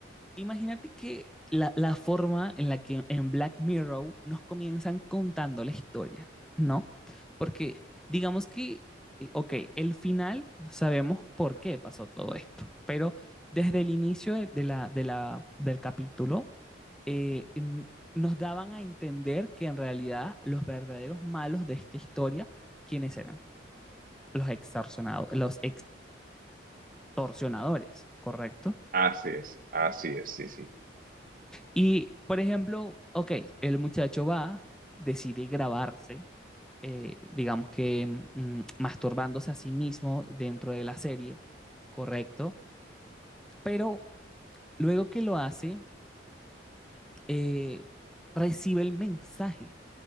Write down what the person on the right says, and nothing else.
Así es, así es, sí, sí.